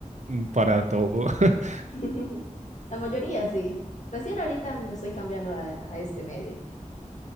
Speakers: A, on the right; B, on the left.
A: mm, para todo. <laughs>
B: <laughs> La mayoría sí. Recién ahorita me estoy cambiando a, a este medio.